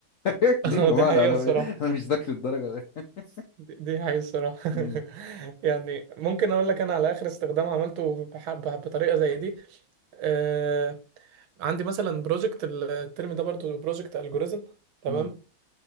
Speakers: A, on the left; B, on the right.
A: <laughs>
B: <laughs>
A: ليه
B: اه
A: يا جماعة
B: دي حقيقة
A: انا انا
B: بصراحة
A: أنا مش ذاكر الدرجة دي <laughs>
B: دي دي حقيقة بصراحة
A: امم
B: <laughs> يعني ممكن اقول لك انا على اخر استخدام عملته بح- بح- بطريقة زي دي آه، عندي مثلا بروجكت الترم ده برضو بروجكت الجوريزم تمام
A: امم